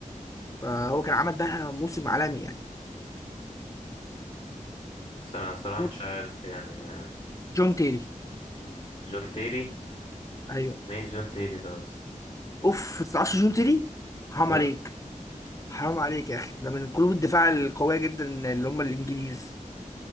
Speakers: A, on the left; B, on the left.
A: فهو كان عمل بقى موسم عالمي يعني
B: بس انا صراحه
A: موت-
B: مش عارف يعني ما
A: جون تيري
B: جون تيري
A: ايوه
B: مين جون تيري ده اصلا
A: اوف ما تعرفش جون تيري حرام
B: لا
A: عليك حرام عليك يا اخي ده من قلوب الدفاع القويه جدا اللي هم الانجليز